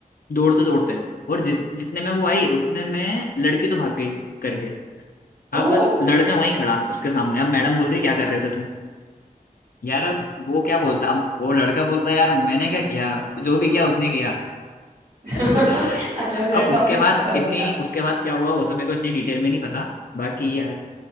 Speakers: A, on the left; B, on the right.
A: दौड़ते दौड़ते और जित जितने में वो आई उतने में लड़की तो भाग गई करके
B: ओ
A: अब लड़का वहीं खड़ा उसके सामने अब मैडम बोल रही क्या कर रहे थे तुम यार अब वो क्या बोलता अब वो लड़का बोलता यार मैंने क्या किया जो भी किया उसने किया
B: <laughs>
A: <laughs>
B: अच्छा वो
A: अब
B: लड़का
A: उसके
B: फंस
A: बाद
B: फंस
A: इतनी
B: गया
A: उसके बाद क्या हुआ वो तो मेरे को इतनी डिटेल में नहीं पता बाकी यार